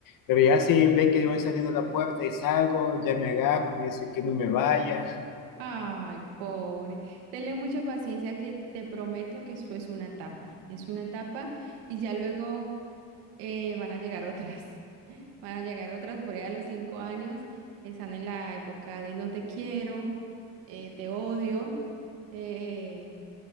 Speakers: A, on the left; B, on the right.
A: Pero ya si ve que voy saliendo a la puerta y salgo, ya me agarro, me dice que no me vaya.
B: Ay, pobre. Tenle mucha paciencia que te prometo que esto es una etapa. Es una etapa y ya luego eh, van a llegar otras. Van a llegar otras por allá a los cinco años. Están en la época de no te quiero, eh, te odio. eh,